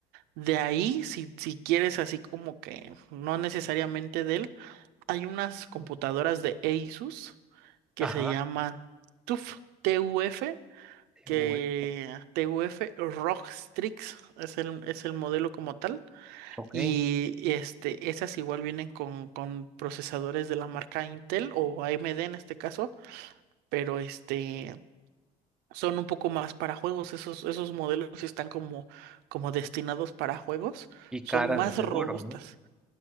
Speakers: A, on the right; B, in the centre.
A: De ahí, si, si quieres así como que no necesariamente Dell, hay unas computadoras de Asus que
B: Ajá.
A: se llaman TUF, TUF
B: TUF.
A: que TUF Rockstrix es el, es el modelo como tal.
B: ok.
A: Y, y, este, esas igual vienen con, con procesadores de la marca Intel o AMD en este caso, pero este son un poco más para juegos. Esos, esos modelos sí están como, como destinados para juegos,
B: Y caras
A: son más
B: de seguro,
A: robustas
B: ¿no?